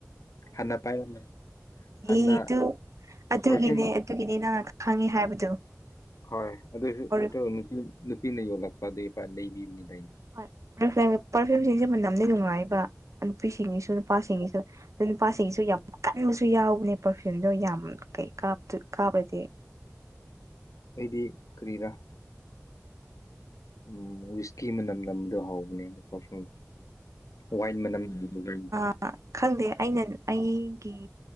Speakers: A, on the left; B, on the right.
A: ꯍꯥꯟꯅ ꯄꯥꯏꯔꯝꯃꯦ ꯍꯥꯟꯅ
B: ꯑꯦ ꯑꯗꯨ ꯑꯗꯨꯒꯤꯅꯦ
A: ꯄꯔꯐ꯭ꯌꯨꯝ
B: ꯑꯗꯨꯒꯤꯅꯦ ꯅꯪꯅ ꯈꯪꯉꯦ ꯍꯥꯏꯕꯗꯨ
A: ꯍꯣꯏ ꯑꯗꯨꯁꯨ
B: ꯑꯣꯔꯤ
A: ꯑꯗꯨ ꯅꯨꯄꯤ ꯅꯨꯄꯤꯅ ꯌꯣꯜꯂꯛꯄ ꯑꯗꯨ ꯏꯄꯥ ꯂꯩꯕꯤꯕꯅꯤꯗ ꯑꯩꯅ
B: ꯍꯣꯏ <unintelligible> ꯄꯔꯐ꯭ꯌꯨꯝꯁꯤꯡꯁꯦ ꯃꯅꯝꯗꯤ ꯅꯨꯡꯉꯥꯏꯑꯦꯕ ꯅꯨꯄꯤꯁꯤꯡꯒꯤꯁꯨ ꯅꯨꯄꯥꯁꯤꯡꯒꯤꯁꯨ ꯑꯗꯣ ꯅꯨꯄꯥꯁꯤꯡꯒꯤꯁꯨ ꯌꯥꯝ ꯀꯟꯕ ꯁꯨ ꯌꯥꯎꯕꯅꯦ ꯄꯔꯐ꯭ꯌꯨꯝꯗꯣ ꯌꯥꯝ ꯀꯩ ꯀꯥꯞꯇꯨꯏ ꯀꯥꯕꯒꯤ
A: ꯑꯩꯗꯤ ꯀꯔꯤꯔꯥ ꯎꯝ ꯋꯤꯁꯀꯤ ꯃꯅꯝ ꯅꯝꯕꯗꯨꯣ ꯍꯧꯕꯅꯦꯅ ꯄꯔꯐ꯭ꯌꯨꯝ ꯋꯥꯏꯟ ꯃꯅꯝ <unintelligible>
B: ꯑ ꯈꯪꯗꯦ ꯑꯩꯅ ꯑꯩꯒꯤ